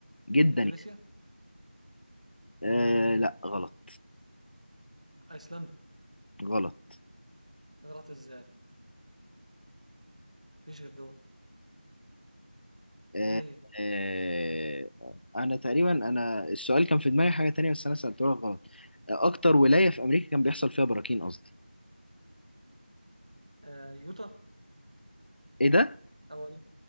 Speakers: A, on the left (about 65°); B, on the right (about 40°).
A: جدا
B: اندونيسيا
A: يعني. آه لا غلط
B: ايسلندا
A: غلط
B: غلط ازاي مفيش غير دول
A: آه
B: ايه هي
A: آه انا تقريبا انا السؤال كان في دماغي حاجة تانية بس انا سألته لك غلط آه اكتر ولاية في امريكا كان بيحصل فيها براكين قصدي
B: آه يوتا
A: ايه ده
B: او